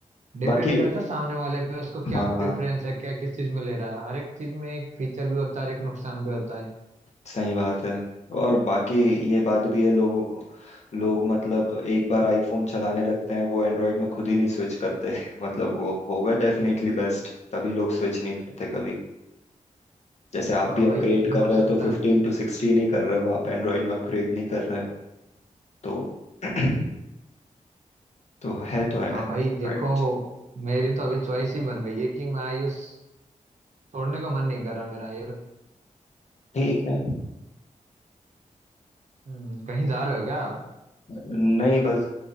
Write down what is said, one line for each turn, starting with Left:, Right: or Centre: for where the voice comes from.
Right: डिपेंड
Left: बाकी
Right: करता है सामने वाले पे उसको क्या
Left: हाँ
Right: प्रेफरेंस है क्या किस चीज में ले रहा है हर एक चीज में एक फीचर भी होता है हर एक नुकसान भी होता है
Left: सही बात है और बाकी ये बात भी है लोगों लोग मतलब एक बार आईफोन चलाने लगते हैं वो एंड्रॉयड में खुद ही नहीं स्विच करते <laughs> मतलब वो होगा डेफिनेटली बेस्ट तभी लोग स्विच नहीं करते कभी जैसे आप
Right: हाँ
Left: भी अपग्रेड
Right: भाई ये भी
Left: कर
Right: हो
Left: रहे
Right: सकता
Left: हो तो फिफ्टीन
Right: है
Left: टू सिक्सटीन ही कर रहे हो आप एंड्रॉइड में अपग्रेड नहीं कर रहे तो <clears throat> तो है तो है
Right: हाँ
Left: Android।
Right: भाई देखो मेरी तो अभी चॉइस ही बन गई है कि मैं आयुष छोड़ने का मन नहीं कर रहा मेरा आयुर
Left: ठीक है
Right: हम्म, कहीं जा रहे हो क्या आप
Left: नहीं बस